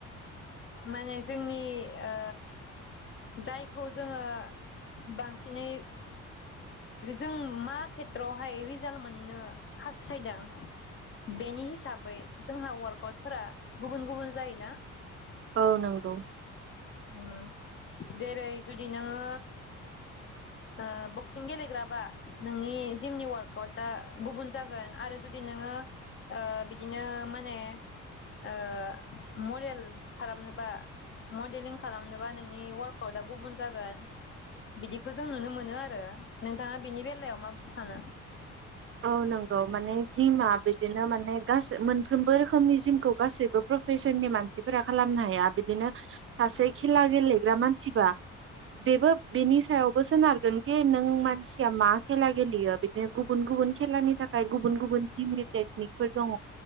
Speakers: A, on the left; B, on the right.
A: माने जोंनि ओ जायखौ जोङो बांसिनै जों मा खेथ्रआवहाय रिजाल्ट मोननो हास्थायदों बेनि हिसाबै जोंहा वार्क -आउटफोरा गुबुन गुबुन जायोना?
B: औ नंगौ
A: उम जेरै जुदि नोङो ओ बक्सिं गेलेग्राबा नोंनि जिमनि वार्क - आउटा गुबुन जागोन आरो जुदि नोङो ओ बिदिनो माने ओ मडेल खालामनोबा मडेलिं खालामनोबा नोंनि वार्कआउटआ गुबुन जागोन बिदिखौ जों नुनो मोनो आरो नोंथाङा बिनि बेलायाव माब सानो?
B: औ नंगौ माने जिमा बिदिनो माने गासो मोन फ्रोमबो रोखोमनि जिमखौ गासैबो प्र फेसननि मानसिफोरा खालामनो हाया बिदिनो सासे खेला गेलेग्रा मानसिबा बेबो बेनि सायावबो सोनारगोनखि नों मानसिया मा खेला गेलेयो बिदि गुबुन गुबुन खेलानि थाखाय गुबुन गुबुन टिमनि टेकनिकफोर दङ